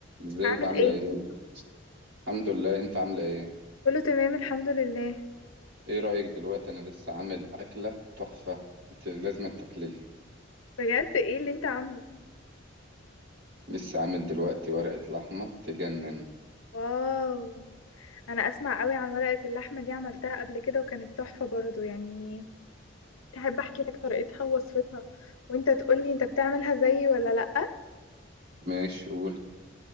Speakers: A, on the right (about 75°); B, on the left (about 85°).
A: ازيك
B: عامل
A: عاملة
B: ايه
A: ايه؟ الحمد لله انت عاملة ايه؟
B: كله تمام الحمد لله
A: ايه رأيك دلوقتي انا لسه عامل اكلة تحفة انت لازم تاكليها
B: بجد ايه اللي انت عامله
A: لسه عامل دلوقتي ورقة لحمة تجنن
B: واو انا اسمع قوي عن ورقة اللحمة دي عملتها قبل كده وكانت تحفة برضو يعني تحب احكي لك طريقتها ووصفتها وانت تقولي انت بتعملها زيي ولا لأ
A: ماشي قول